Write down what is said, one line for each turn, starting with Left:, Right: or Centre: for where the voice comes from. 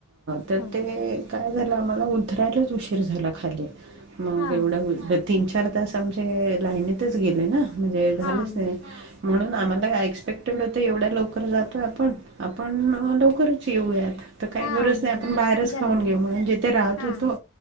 Right: तर
Left: बरोबर
Right: ते काय झालं आम्हाला उधरायलाच उशीर झाला खाली मग
Left: हा
Right: एवढ तीन, चार तास आमचे लाईतच गेले ना म्हणजे
Left: हा
Right: झालंच
Left: बरोबर
Right: नाही म्हणून
Left: हा
Right: आम्हाला एक्सपेट त एवढ्या लवकर जातोय आपण, आपण लवकरच येऊयात. तर काही
Left: हा
Right: गरज
Left: बरोबर
Right: नाही आपण बाहेरच
Left: गरज
Right: खाऊन घेऊ
Left: नाही
Right: म्हणून जिथे राहत
Left: हा
Right: होतो